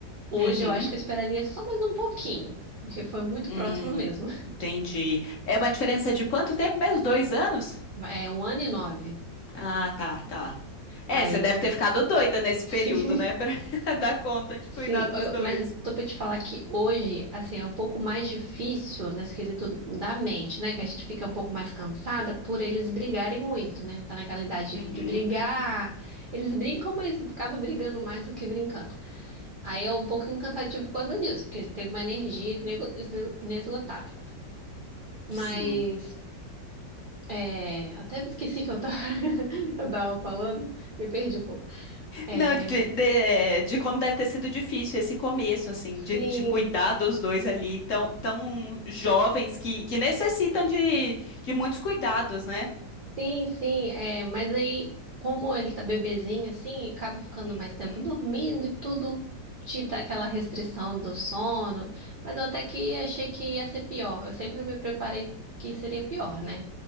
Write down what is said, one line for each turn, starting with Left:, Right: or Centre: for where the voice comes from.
Right: Hoje
Left: Uhum.
Right: eu acho que eu esperaria só mais um pouquinho, porque foi muito
Left: Hum,
Right: próximo mesmo.
Left: entendi. É uma diferença de quanto tempo mesmo? Dois anos?
Right: É um ano e nove.
Left: Ah, tá, tá.
Right: Aí.
Left: É, você deve ter ficado doida nesse
Right: <laughs>
Left: período, né? Pra <laughs> dar conta de
Right: Sim,
Left: cuidar dos
Right: eu-
Left: dois.
Right: mas eu tô pra te falar que hoje, assim, é um pouco mais difícil nesse quesito da mente, né? Que a gente fica um pouco mais cansada por eles brigarem muito, né? Tá naquela idade
Left: Uhum.
Right: de de brigar. Eles brincam, mas acaba brigando mais do que brincando. Aí é um pouco cansativo por causa disso, porque tem uma energia inego- esne- inesgotável. Mas.
Left: Sim.
Right: É, até me esqueci que eu tava, <laughs> eu tava falando, me perdi um pouco. É,
Left: Não, de, de, é, de como deve ter sido difícil esse começo, assim,
Right: sim.
Left: de, de cuidar dos dois ali, tão, tão jovens que, que necessitam de, de muitos cuidados, né?
Right: Sim, sim, é, mas aí, como ele tá bebezinho assim, acaba ficando
Left: Uhum,
Right: mais tempo dormindo e tudo te dá aquela restrição do sono. Mas eu até que achei que ia ser pior. Eu sempre me preparei que seria pior, né?